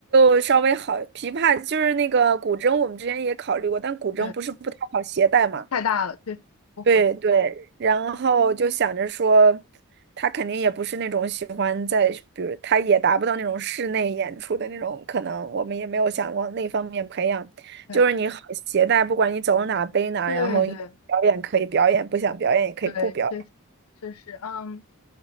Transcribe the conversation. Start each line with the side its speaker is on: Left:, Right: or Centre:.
Right: 又稍微好，琵琶就是那个古筝，我们之前也考虑过，但古筝不是不太好携带嘛。
Left: 对，太大了，确实不合适。
Right: 对对，然后就想着说，他肯定也不是那种喜欢在，比如他也达不到那种室内演出的那种，可能我们也没有想往那方面培养。
Left: 对
Right: 就是你好携带，不管你走哪背哪，
Left: 对对
Right: 然后表演可以表演，不想表演也可以不表演。
Left: 对，确实确实，嗯，